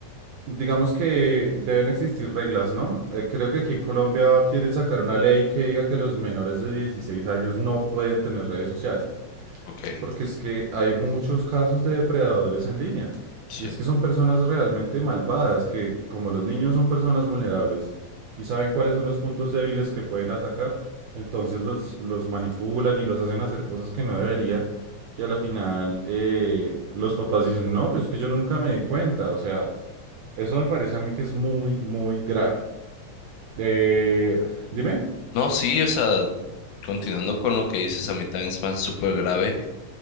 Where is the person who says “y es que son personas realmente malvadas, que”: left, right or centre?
Right